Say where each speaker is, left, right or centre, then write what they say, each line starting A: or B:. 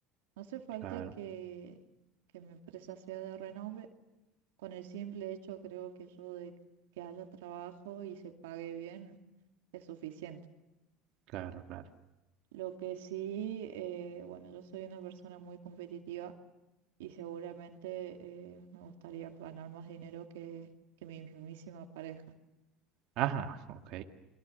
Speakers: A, on the right; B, on the right.
A: No hace falta
B: Claro,
A: que, que mi empresa sea de renombre, con el simple hecho creo que yo de que haya trabajo y se pague bien es suficiente.
B: claro, claro.
A: Lo que sí, eh, bueno, yo soy una persona muy competitiva y seguramente eh, me gustaría ganar más dinero que, que mi mismísima pareja.
B: Ajá, ok.